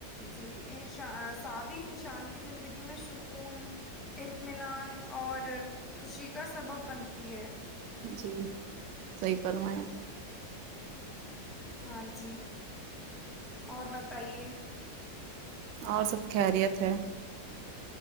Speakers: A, in the centre; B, on the right.
A: جی انشا سادی انسان کی زندگی میں سکون اطمینان اور خوشی کا سبب بنتی ہے
B: جی صحی پرمایا <unintelligible>
A: ہاں جی <unintelligible> اور بتائیے
B: اور سب خیریت ہے